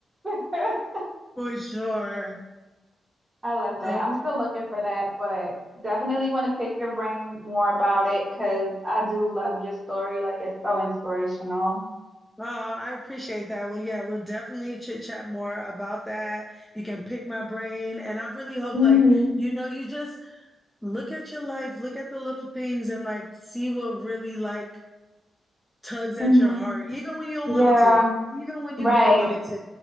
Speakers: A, on the right; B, in the centre.
A: it. <laughs>
B: for sure.
A: I love that.
B: Okay.
A: I'm still looking for that, but definitely want to pick your brain more about it because I do love your story. Like it's so inspirational.
B: Oh, I appreciate that. Well, yeah, we'll definitely chit chat more about that. You can pick my brain. And I really hope
A: hmm
B: like, you know, you just look at your life, look at the little things and like see what really like tugs at
A: hmm
B: your heart, even when you don't
A: Yeah,
B: want it to, even when
A: right.
B: you don't want it to.